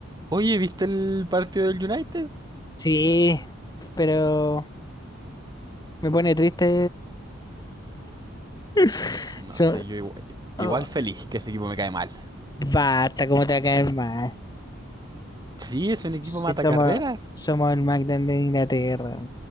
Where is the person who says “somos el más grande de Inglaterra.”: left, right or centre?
Left